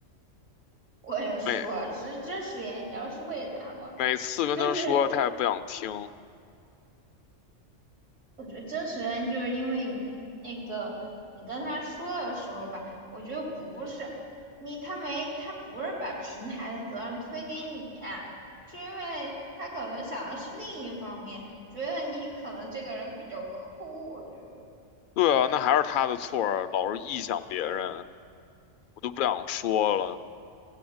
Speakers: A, on the right; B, on the left.
A: 我跟你说，
B: 每
A: 这这誓言你知道是为啥吗？
B: 每次跟他说，
A: 就是
B: 他也不想听。
A: 我觉得真实原因就是因为你那个你跟他说的时候吧，我觉得不是你，他没他不是把平台的责任推给你，是因为他可能想的是另一方面，觉得你可能这个人比较抠，我觉得
B: 对啊，那还是他的错儿老是臆想别人，我都不想说了。